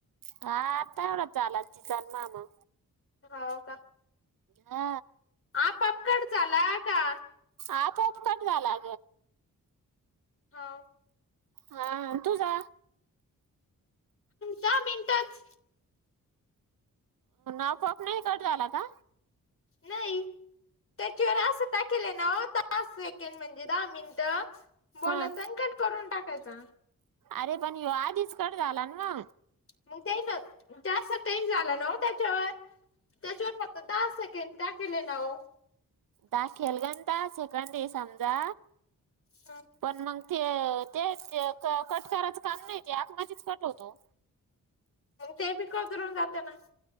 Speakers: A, on the right; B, on the left.
A: हा आता एवढ्यात झाला तिचा अन मामा
B: हो का?
A: हा
B: आपोआप कट झाला का?
A: आपोआप कट झाला
B: हा
A: हा तूझा
B: दहा मिनटात
A: आपोआप नाही कट झाला का?
B: नाही. त्याच्यावर असं टाकेलंय ना दहा सेकंड म्हणजे दहा मिनिटं बोलायचा
A: हा
B: आणि कट करून टाकायचा
A: अरे पण ह्यो आधीच कट झाला ना
B: मग त्या ना जास्त टेम झाला ना त्याच्यावर त्याच्यावर, फक्त दहा सेकंड टाकेले नाव
A: दाक केलगंत शकड, समजा
B: ह...
A: पण मग, ते ते कट करायचं काम नाही, ते ऑटोमॅटिच कट होतो.
B: ते बी कतरून जाते ना